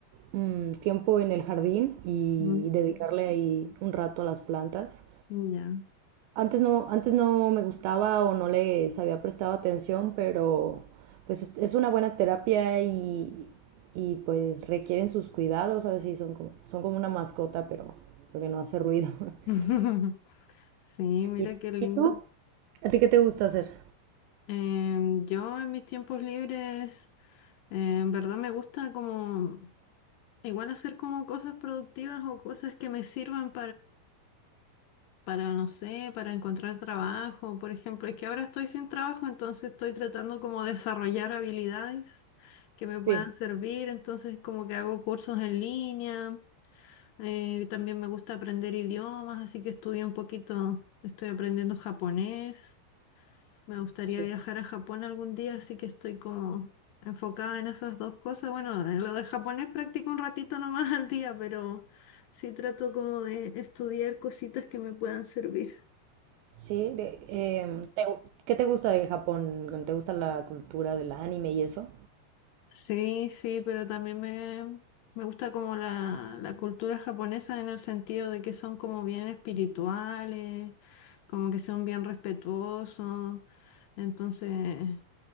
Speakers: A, on the right; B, on the left.
A: mm, tiempo en el jardín y
B: Mm,
A: dedicarle ahí un rato a las plantas.
B: Ya.
A: Antes no, antes no me gustaba o no les había prestado atención, pero pues es es una buena terapia y, y, pues requieren sus cuidados, a veces sí, son como, son como una mascota, pero porque no hace ruido. <laughs>
B: <laughs> Sí, mira
A: ¿Y,
B: qué lindo.
A: y tú? ¿A ti qué te gusta hacer?
B: Em, yo en mis tiempos libres, eh, en verdad me gusta como igual hacer como cosas productivas o cosas que me sirvan para, no sé, para encontrar trabajo, por ejemplo. Es que ahora estoy sin trabajo, entonces estoy tratando como de desarrollar habilidades que me puedan
A: Sí.
B: servir, entonces como que hago cursos en línea, eh, también me gusta aprender idiomas, así que estudié un poquito, estoy aprendiendo japonés, me gustaría
A: Sí.
B: viajar a Japón algún día, así que estoy como enfocada en esas dos cosas. Bueno, en lo del japonés practico un ratito nomás al día, pero sí trato como de estudiar cositas que me puedan servir.
A: Sí, de- em, ¿te gu- ¿qué te gusta de Japón? ¿Te gusta la cultura del anime y eso?
B: Sí, sí, pero también me, me gusta como la, la cultura japonesa en el sentido de que son como bien espirituales, como que son bien respetuosos, entonces